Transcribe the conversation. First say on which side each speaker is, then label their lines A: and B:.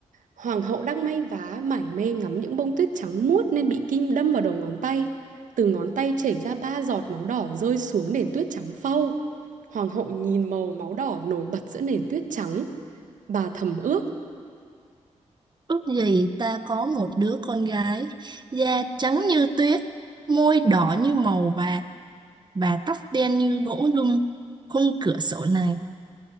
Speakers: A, on the right; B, on the right.
A: Hoàng hậu đang may vá mải mê ngắm những bông tuyết trắng muốt nên bị kim đâm vào đầu ngón tay. Từ ngón tay chảy ra ba giọt máu đỏ rơi xuống nền tuyết trắng phau. Hoàng hậu nhìn màu máu đỏ nổi bật giữa nền tuyết trắng. Bà thầm ước
B: Ước gì ta có một đứa con gái, da trắng như tuyết, môi đỏ như màu vàng và tóc đen như gỗ lung. Khung cửa sổ này,